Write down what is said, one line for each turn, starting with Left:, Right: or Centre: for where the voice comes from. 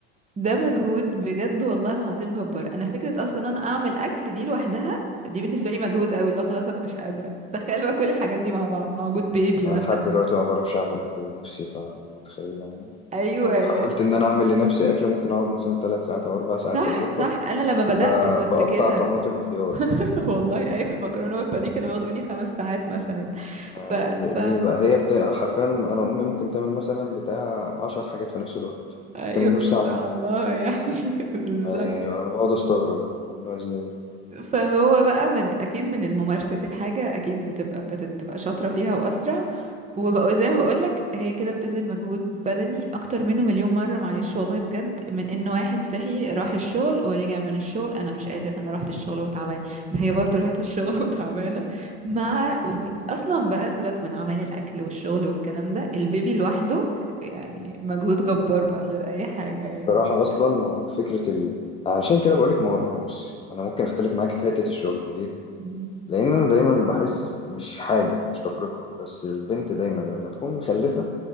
Right: ده مجهود بجد والله العظيم جبار انا فكره اصلا إن انا اعمل اكل دي لوحدها دي بالنسبه لي مجهود قوي اللي هو خلاص انا مش قادره تخيل بقى كل الحاجات دي مع بعض مع وجود بيبي
Left: انا
Right: مثلا
Left: لحد دلوقتي ما بعرفش اعمل اكل لنفسي فانت متخيله يعني
Right: ايوه
Left: لو
Right: يا-
Left: حاولت ان انا اعمل لنفسي اكل ممكن اقعد مثلا ثلاث ساعات او اربع ساعات
Right: صح
Left: في المطبخ
Right: صح انا لما بدات
Left: ب-
Right: كنت
Left: بقطع
Right: كده
Left: طماطم وخيار
Right: <laughs> والله ايوه المكرونه والبانيه كانوا بياخدوا مني خمس ساعات مثلا
Left: آه،
Right: ف
Left: ل-
Right: ف
Left: ليه بقى هي بتاع حرفيا انا امي ممكن تعمل مثلا بتاع عشر حاجات في نفس الوقت
Right: ايوه
Left: مكملوش
Right: ما
Left: ساعه ونص
Right: شاء الله يعني <laughs> بالظبط
Left: آه، يعني انا بقعد استغرب انتوا بتعملوها ازاي
Right: فهو بقى من اكيد من الممارسه الحاجه اكيد بتبقى بتبقى شاطره فيها واسرع وبقى زي ما بقولك هي كده بتبذل مجهود بدني اكتر منه مليون مرة معلش والله بجد من ان واحد صحي راح الشغل ورجع من الشغل انا مش قادر انا رحت الشغل وتعبان ما هي برضو راحت الشغل <laughs> وتعبانة مع وجود اصلا بقى سيبك من عمل الاكل والشغل والكلام ده البيبي لوحده يعني مجهود جبار بقى غير اي حاجة يعني
Left: بصراحه اصلا ما هو فكره ال... علشان كده بقول لك ما هو هو بص انا ممكن اختلف معاكي في حته الشغل ليه
Right: مم.
Left: لان انا دايما بحس مش حاجه مش تفرقه بس البنت دايما لما تكون مخلفه